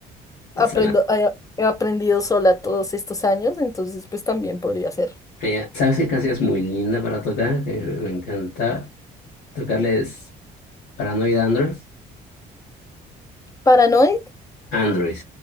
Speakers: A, on the left; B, on the left.
A: aprendo,
B: ama-
A: he he aprendido sola todos estos años, entonces pues también podría ser.
B: eh, ¿Sabes qué canción es muy linda para tocar? Que me encanta tocarles Paranoid Android.
A: Paranoid.
B: Android,